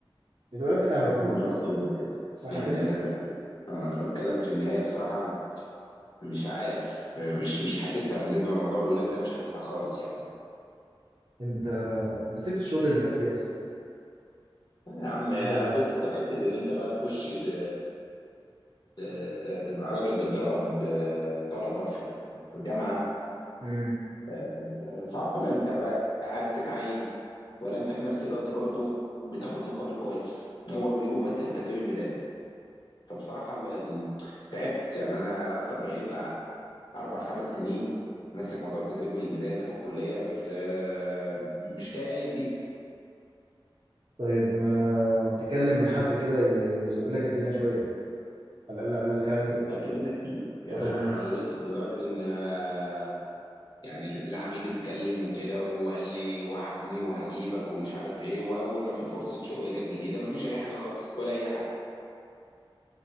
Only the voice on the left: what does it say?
ما انا بتكلم في كده
يعني
انا بك... آه انا بتكلم في النهايه بصراحه مش عارف آه، مش مش حاسسها بالنسبه لموضوع الولاد ده مش حاسسها خالص يعني
آه يا عم يا
بص حته ان انت بقى تخش ت... ت... ت... تبقى راجل بتدرب آه، طلبه في في جامعه
آه، صعب لا انت بقى عارف تتعين ولا انت في نفس الوقت برضو بتاخد مقابل كويس هو بيجيبوك بس للتدريب الميداني فبصراحة ال- ال- تعبت يعني أنا أنا أصلا بقالي بتاع أربع خمس سنين ماسك موضوع التدريب الميداني ده في الكلية بس آه، مش لاقي أي جديد
والله اتكلمنا كتير يعني
أنا
وصلت لدرجة إن آه، يعني العميد اتكلم وكده وقال لي وعدني وهجيبك ومش عارف إيه وأول ما في فرصة شغل جت جديدة ما فيش أي حاجة خالص ولا أي حاجة